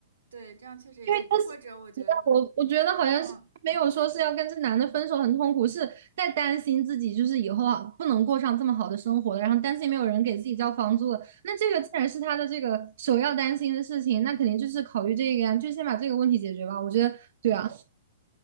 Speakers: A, on the right (about 85°); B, on the right (about 65°).
A: 对，这样确实也行。
B: 因为他是，
A: 或者我觉得，
B: 你知道我我觉得好像是没有说是要跟这男的分手很痛苦，
A: 嗯
B: 是在担心自己就是以后啊不能过上这么好的生活了，然后担心没有人给自己交房租了。那这个既然是他的这个首要担心的事情，那肯定就是考虑这个呀，就先把这个问题解决吧。我觉得对啊。